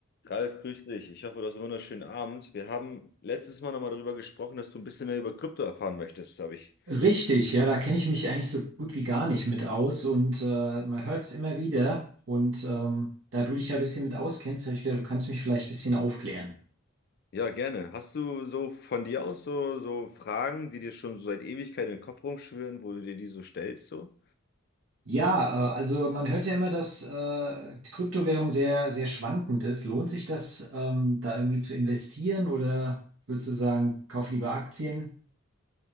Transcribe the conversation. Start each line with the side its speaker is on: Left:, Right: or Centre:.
Left: Ralf, grüß dich. Ich hoffe, du hast einen wunderschönen Abend. Wir haben letztes Mal nochmal darüber gesprochen, dass du ein bisschen mehr über Krypto erfahren möchtest, habe ich.
Right: Richtig, ja, da kenne ich mich eigentlich so gut wie gar nicht mit aus und äh, man hört es immer wieder. Und ähm, da du dich ja ein bisschen mit auskennst, habe ich gedacht, du kannst mich vielleicht ein bisschen aufklären.
Left: Ja, gerne. Hast du so von dir aus so, so Fragen, die dir schon so seit Ewigkeit in den Kopf rumschwirren, wo du dir die so stellst, so?
Right: Ja, äh, also man hört ja immer, dass äh, die Kryptowährung sehr, sehr schwankend ist. Lohnt sich das, ähm, da irgendwie zu investieren oder würdest du sagen, kauf lieber Aktien?